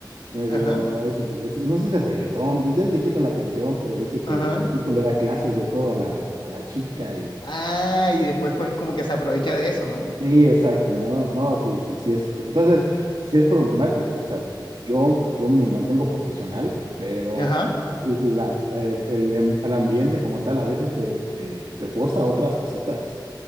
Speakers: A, on the right; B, on the left.
A: medio,
B: Ajá,
A: es- es- no sé si es de reggaetón, ya es viejita la canción, pero dice que
B: ajá.
A: el tipo le da clases de todo a la, a la chica y
B: Ah, y después pues como que se aprovecha de eso, ¿no?
A: Sí, exacto, no, no, sí, sí, sí es, entonces, sí es problemático, o sea, yo, yo me mantengo profesional, pero
B: Ajá.
A: la, el, el em- al ambiente como tal a veces te, te, te forza a otras cositas.